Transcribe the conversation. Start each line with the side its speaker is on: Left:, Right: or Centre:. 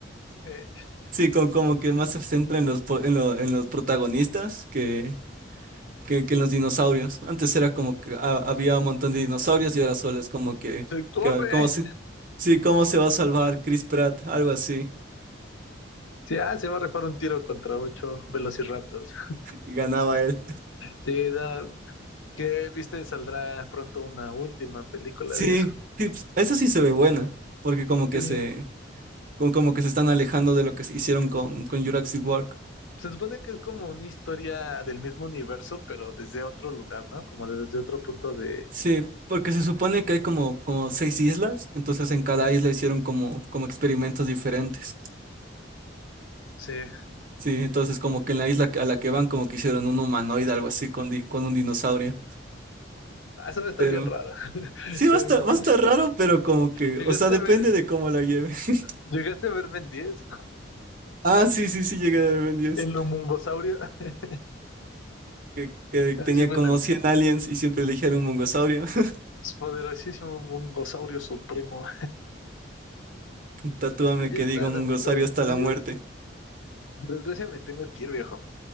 Left: Se
Right: Sí, como, como que más se centra en los, po- en lo- en los protagonistas que que, que los dinosaurios. Antes era como que ha- había un montón de dinosaurios y ahora solo es como que,
Left: se Corre.
Right: que ¿cómo se, sí, cómo se va a salvar Chris Pratt? Algo así.
Left: Sí, ah, se va a rifar un tiro contra ocho Velociraptors.
Right: Y ganaba él.
Left: Sí, da- que viste, saldrá pronto una última película
Right: Sí,
Left: de eso.
Right: sí, pues, esa sí se ve buena, porque como que
Left: Sí.
Right: se, como como que se están alejando de lo que se hicieron con, con Jurassic World.
Left: Se supone que es como una historia del mismo universo, pero desde otro lugar, ¿no? Como desde otro punto de.
Right: Sí, porque se supone que hay como, como seis islas, entonces en cada isla hicieron como, como experimentos diferentes.
Left: Sí.
Right: Sí, entonces como que en la isla a la que van como que hicieron un humanoide, algo así, con, di- con un dinosaurio.
Left: Ah, eso va a estar
Right: Pero
Left: bien raro. <laughs>
Right: Sí,
Left: Se
Right: va a
Left: me
Right: estar,
Left: imagina.
Right: va a estar raro, pero como que,
Left: ¿Llegaste
Right: o sea, depende
Left: a ver,
Right: de cómo la lleve. <laughs>
Left: llegaste a ver Ben 10?
Right: Ah, sí, sí, sí, llegué a Ben 10,
Left: El homungosaurio. <laughs>
Right: que, que tenía
Left: Así me
Right: como
Left: lo.
Right: 100 aliens y siempre elegía un mongosaurio. <laughs>
Left: Poderosísimo homungosaurio supremo.
Right: Tatúame
Left: Pues Ya
Right: que
Left: estás,
Right: digo mongosaurio
Left: amigo.
Right: hasta
Left: Pues
Right: la
Left: Yo,
Right: muerte.
Left: por desgracia, me tengo que ir, viejo.